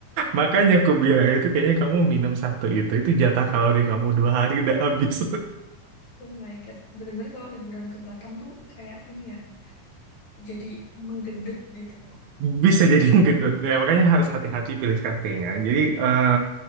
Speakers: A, on the right (about 70°); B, on the left (about 65°).
A: Makanya aku bilang itu kayaknya kamu minum satu itu. Itu jatah kalori kamu dua hari udah habis.
B: Oh my God. Bener-bener kalau liburan ke Batam tuh kayak ini ya. Jadi menggendut gitu.
A: <laughs> Bisa jadi gendut. Ya, makanya harus hati-hati pilih kafenya. Jadi eh,